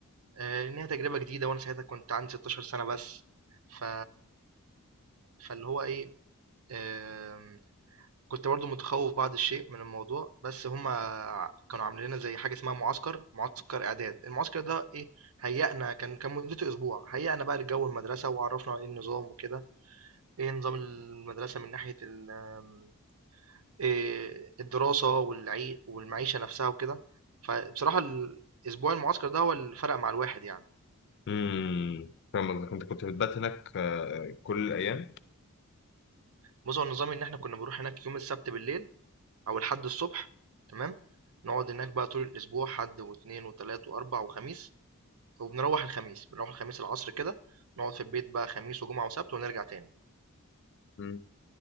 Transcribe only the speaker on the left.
امم فاهم قصدك انت كنت بتبات هناك آه، كل الايام
مم.